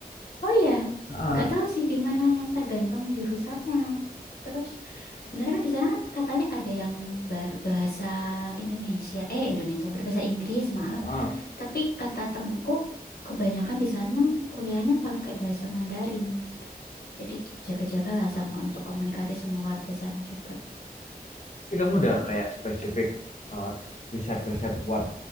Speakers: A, on the left; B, on the left.
A: Oh ya,
B: Heeh,
A: nggak tahu sih di mananya tergantung jurusannya terus sebenarnya kan di sana kan katanya ada yang berbahasa Indonesia eh Indonesia berbahasa Inggris maaf
B: heeh.
A: tapi kata temenku kebanyakan di sana kuliahnya pakai bahasa Mandarin jadi cu- jaga-jagalah sama untuk komunikasi sama warga sana juga
B: Tapi kamu udah kayak spesifik eh, riset-riset buat